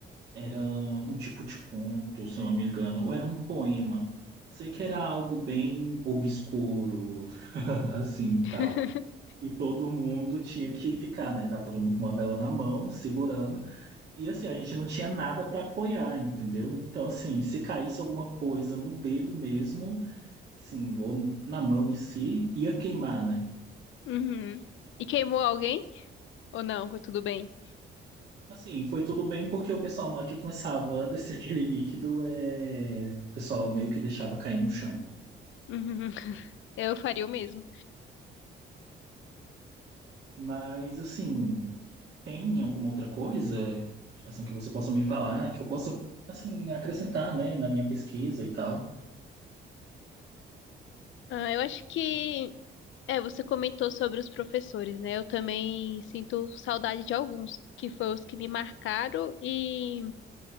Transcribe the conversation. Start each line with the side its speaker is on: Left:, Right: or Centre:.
Right: Era um tipo de conto, se eu não me engano, ou era um poema. Sei que era algo bem obscuro, <laughs> assim,
Left: <laughs>
Right: tal. E todo mundo tinha que ficar, né? Tava todo mundo com uma vela na mão, segurando. E assim, a gente não tinha nada para apoiar, entendeu? Então, assim, se caísse alguma coisa no dedo mesmo, assim, ou na mão em si, ia queimar, né?
Left: Uhum. E queimou alguém? Ou não? Foi tudo bem?
Right: Assim, foi tudo bem porque o pessoal, na hora que começava a descer <laughs> aquele líquido, é... o pessoal meio que deixava cair no chão.
Left: Uhum. <laughs> Eu faria o mesmo.
Right: Mas, assim, tem alguma outra coisa, assim, que você possa me falar, que eu possa, assim, acrescentar, né, na minha pesquisa e tal?
Left: Ah, eu acho que. É, você comentou sobre os professores, né? Eu também sinto saudade de alguns, que foram os que me marcaram e